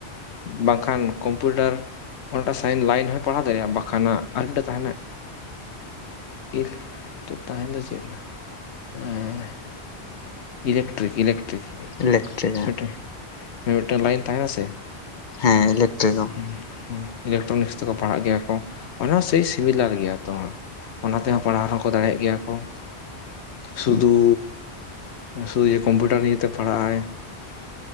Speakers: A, on the left; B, on the left.
A: ᱵᱟᱝᱠᱷᱟᱱ ᱠᱚᱢᱯᱤᱭᱩᱴᱟᱨ ᱚᱱᱟᱴᱟᱜ ᱥᱟᱭᱤᱱ ᱞᱟᱭᱤᱱ ᱦᱚᱸᱭ ᱯᱟᱲᱦᱟᱣ ᱫᱟᱲᱮᱭᱟᱜᱼᱟ ᱵᱟᱠᱷᱟᱱᱟᱜ ᱟᱨ ᱢᱤᱫᱴᱟᱝ ᱛᱟᱦᱮᱱᱟ᱾ ᱤᱦ ᱛᱟᱮ ᱫᱚ ᱪᱮᱫ ᱞᱮᱱᱟᱜ ᱮᱸᱻ ᱤᱞᱮᱠᱴᱨᱤᱠ ᱤᱞᱮᱠᱴᱨᱤᱠ
B: ᱤᱞᱮᱠᱴᱨᱤ
A: ᱢᱤᱫᱴᱮᱱ ᱢᱤᱫᱴᱟᱝ ᱞᱟᱭᱤᱱ ᱛᱟᱦᱮᱱᱟ ᱥᱮ,
B: ᱦᱮᱸ ᱤᱞᱮᱠᱴᱨᱤ ᱟᱪᱪᱷᱟ
A: ᱦᱩᱸ ᱤᱞᱮᱠᱴᱨᱚᱱᱤᱠᱥ ᱛᱮᱠᱚ ᱯᱟᱲᱦᱟᱜ ᱜᱮᱭᱟ ᱠᱚ᱾ ᱚᱵᱚᱥᱥᱚᱭ ᱥᱤᱢᱤᱞᱟᱨ ᱜᱮᱭᱟ ᱛᱚ ᱚᱱᱟ ᱛᱮᱦᱚᱸ ᱯᱟᱲᱦᱟᱣᱦᱚᱸ ᱠᱚ ᱫᱟᱲᱮᱭᱟᱜ ᱜᱮᱭᱟ ᱠᱚ᱾ ᱥᱩᱫᱩ
B: ᱦᱩᱸ ᱦᱮᱸ
A: ᱥᱩᱫᱷᱩ ᱡᱮ ᱠᱚᱢᱯᱤᱭᱩᱴᱟᱨ ᱱᱤᱭᱮᱛᱮ ᱯᱟᱲᱦᱟᱜᱼᱟᱭ᱾